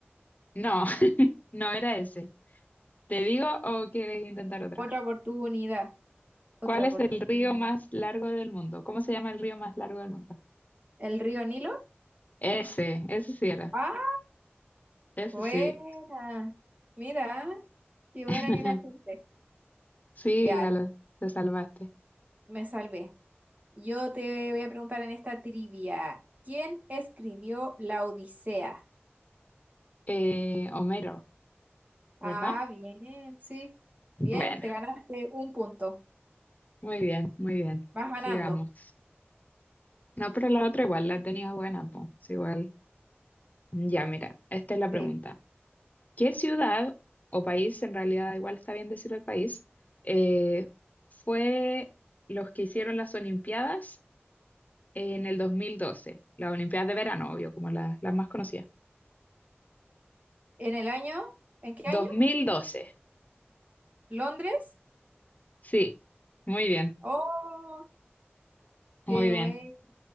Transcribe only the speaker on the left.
No, <laughs> no era ese. ¿Te digo o quieres intentar otra?
¿Cuál es
el río más largo del mundo? ¿Cómo se llama el río más largo del mundo?
Ese, ese sí era.
Ese
sí.
<laughs>
Sí,
ala, te salvaste.
Eh, Homero,
¿verdad?
Bueno,
muy bien, muy bien.
Sigamos. No, pero la otra igual la tenía buena, pues, igual. Ya, mira, esta es la pregunta.
¿Qué ciudad o país, en realidad igual está bien decir el país, eh, fue los que hicieron las Olimpiadas en el 2012? Las Olimpiadas de verano, obvio, como la- las más conocidas.
2012,
sí. Muy bien,
muy
bien.